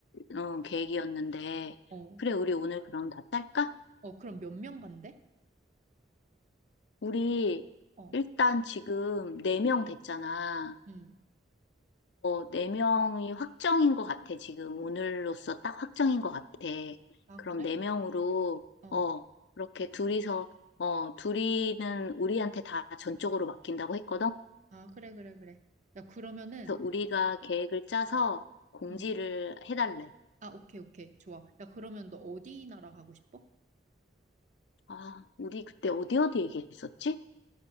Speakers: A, on the left; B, on the right.
A: 어, 계획이었는데.
B: 어,
A: 그래, 우리 오늘 그럼 다 짤까?
B: 어, 그럼 몇 명 간대?
A: 우리
B: 어,
A: 일단 지금 네 명 됐잖아.
B: 음.
A: 어, 네명이 확정인 것 같아, 지금. 오늘로써 딱 확정인 것 같아.
B: 아,
A: 그럼
B: 그래?
A: 네명으로
B: 어,
A: 어, 그렇게 둘이서, 어, 둘이는 우리한테 다 전적으로 맡긴다고 했거든?
B: 아, 그래, 그래, 그래. 야, 그러면은,
A: 그래서 우리가 계획을 짜서 공지를
B: 음.
A: 해달래.
B: 아, 오케이, 오케이. 좋아. 야, 그러면 너 어디 나라 가고 싶어?
A: 아, 우리 그때 어디 어디 얘기했었지?